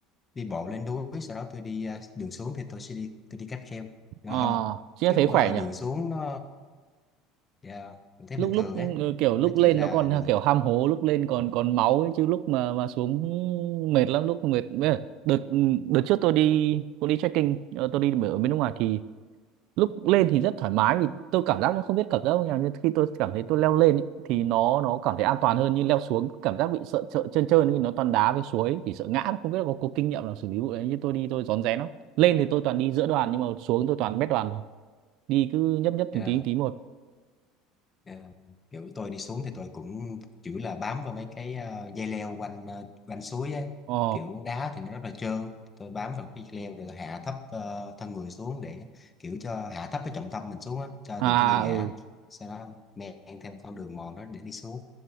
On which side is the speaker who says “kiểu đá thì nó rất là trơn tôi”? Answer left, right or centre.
Left